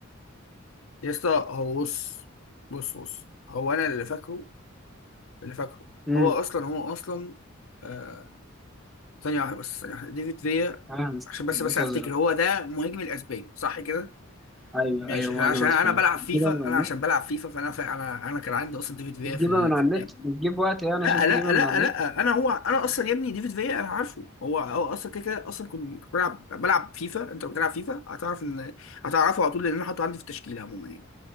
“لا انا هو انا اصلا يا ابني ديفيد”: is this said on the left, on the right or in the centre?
Left